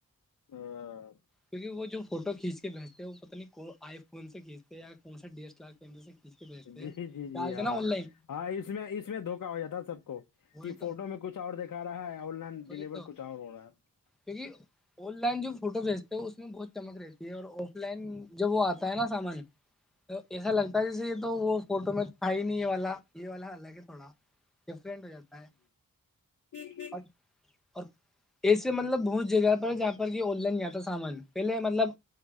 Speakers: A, on the left; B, in the centre.
A: ہاں،
B: کیونکہ وہ جو فوٹو کھینچ کے بھیجتے ہیں وہ پہ نہیں کو آئی فون سے کھینچتے یا کون سے ڈی ایس ایل آر کیمرے سے کھینچ کے بھیجتے
A: جی
B: ہیں
A: جی
B: ڈالتے
A: جی ہاں
B: نا آن لائن
A: ہاں اس میں اس میں دھوکا ہو جاتا سب کو
B: وہی
A: کہ فوٹو
B: تو
A: میں کچھ اور دکھا رہا ہے اور لائن ڈیلیور
B: وہی تو
A: کچھ ہو رہا ہے
B: کیونکہ آن لائن جو فوٹو بھیجتے ہو اس میں بہت تمگر یہ اور آف لائن جب وہ آتا ہے نا سامان ایسا لگتا ہے جیسے یہ تو وہ فوٹو میں تھا ہی نہیں یہ والا یہ والا الگ ہے تھوڑا ڈفرینٹ ہو جاتا ہے
A: ٹھیک ٹھیک
B: اور اور ایسے مطلب بہت جگہ پر جہاں پر کہ آن لائن نہیں آتا سامان پہلے مطلب